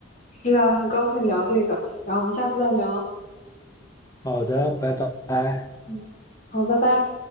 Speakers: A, on the left; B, on the left.
A: 是啊，很高兴聊这个，然后我们下次再聊。
B: 好的，拜拜。
A: 嗯，好，拜拜。